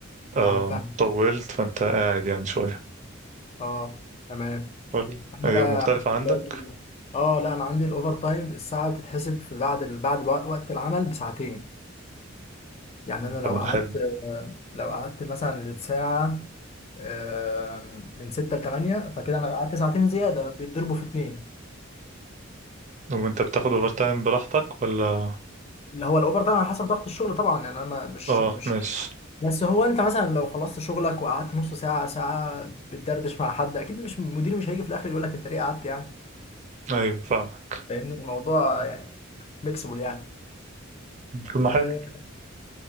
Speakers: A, on the right (about 35°); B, on the left (about 30°).
A: آه
B: اه فاهم
A: طولت فانت قاعد يعني شوية
B: اه تمام
A: ولا
B: انا
A: هي
B: بقى
A: مختلفة
B: عندي
A: عندك
B: برضو اه لا انا عندي الاوفر تايم الساعه بتتحسب في بعد ال... بعد وق- وقت العمل بساعتين يعني انا لو
A: طب
B: قعدت
A: ده حلو
B: آه، لو قعدت مثلا الساعه آه، من 6 ل 8 فكده انا قعدت ساعتين زياده بيتضربوا في اتنين
A: وانت بتاخد اوفر تايم براحتك ولا
B: اللي هو الاوفر تايم على حسب ضغط الشغل طبعا يعني انا ما- مش
A: اه
B: مش
A: ماشي
B: بس هو انت مثلا لو خلصت شغلك وقعدت نص ساعه ساعه بتدردش مع حد اكيد مش المدير مش هيجي في الاخر يقول لك انت ليه قعدت يعني
A: ايوه فاهمك
B: فاهمني الموضوع يعني فليكسبل يعني
A: طب ما
B: آه،
A: حلو